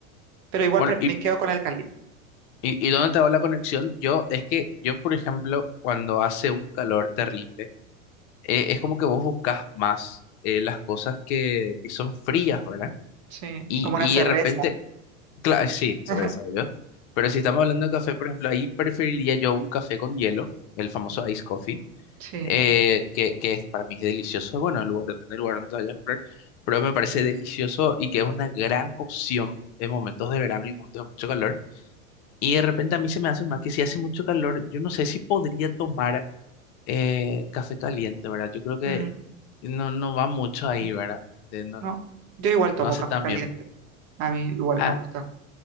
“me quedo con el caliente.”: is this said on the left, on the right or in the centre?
Right